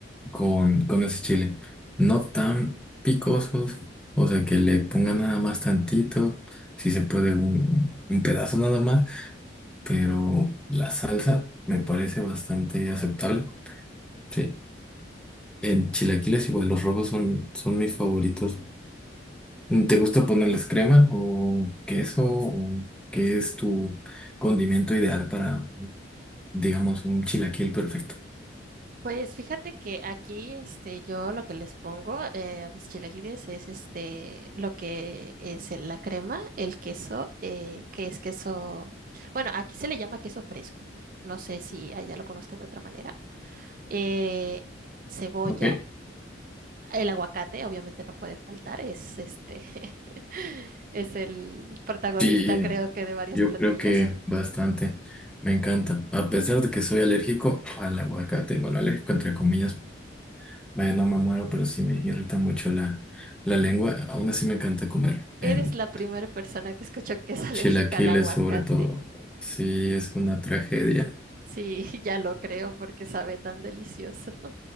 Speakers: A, in the centre; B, on the right (about 45°).
A: con, con ese chile. No tan picosos, o sea, que le pongan nada más tantito, si se puede un, un pedazo nada más, pero la salsa me parece bastante aceptable. Sí, en chilaquiles igual los rojos son, son mis favoritos ¿Te gusta ponerles crema o queso o qué es tu condimento ideal para, digamos, un chilaquil perfecto?
B: Pues fíjate que aquí, este, yo lo que les pongo eh, a mis chilaquiles es este, lo que es el- la crema, el queso, eh, que es queso, bueno, aquí se le llama queso fresco, no sé si allá lo conozcan de otra manera, eh, cebolla,
A: Ok,
B: el aguacate, obviamente no puede faltar, es este, <laughs> es el protagonista,
A: sí,
B: creo que de varios
A: yo
B: platillos.
A: creo que bastante. Me encanta. A pesar de que soy alérgico al aguacate, bueno, alérgico entre comillas, vaya, no me muero, pero sí me irrita mucho la, la lengua. Aún así me encanta comer en
B: Eres la primera persona que escucho que es <laughs> alérgica
A: chilaquiles,
B: al aguacate.
A: sobre todo. Sí, es una tragedia.
B: Sí, <laughs> ya lo creo porque sabe tan delicioso.